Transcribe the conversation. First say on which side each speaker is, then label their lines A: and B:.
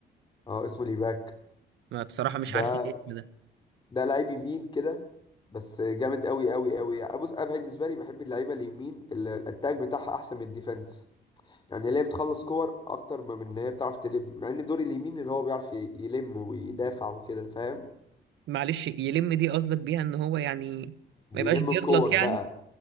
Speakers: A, on the left (about 25°); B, on the right (about 85°).
A: اه اسمه ليباك
B: ما بصراحه مش
A: ده
B: عارف الاسم ده
A: ده لعيب يمين كده بس جامد قوي قوي قوي يعني بص انا بالنسبه لي بحب اللعيبه اليمين اللي الاتاك بتاعها احسن من الديفenس يعني اللي هي بتخلص كور اكتر ما من ان هي بتعرف تلم مع ان دور اليمين اللي هو بيعرف ي- يلم ويدافع وكده فاهم
B: معلش يلم دي قصدك بيها ان هو يعني
A: بيلم
B: ما يبقاش بيغلط
A: الكور
B: يعني
A: بقى